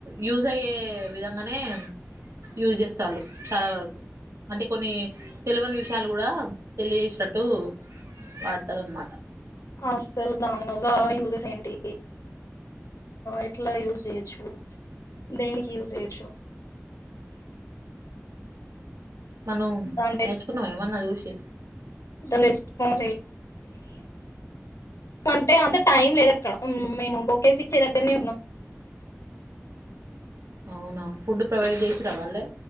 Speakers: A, on the right; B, on the left.
A: యూజ అయ్యే విధంగానే యూజ్ చేస్తారు చాలా వరకు అంటే కొన్ని తెలివని విషయాలు కూడా తెలిసినట్టు వాడతారు అనమాట
B: అసలు దాని వల్ల యూజెస్ ఏంటి ఎట్లా యూజ చేయొచ్చు దేనికి యూజ చేయొచ్చు
A: మను
B: దాని బేస్
A: నేర్చుకున్నా ఏమన్నా చూసి
B: <unintelligible> అంటే అంత టైం లేదు అక్క మేము బకేసి ఇచ్చే దగ్గరనే ఉన్నాప్పు
A: అవునా ఫుడ్ ప్రొవైడ్ చేసిరా వాలే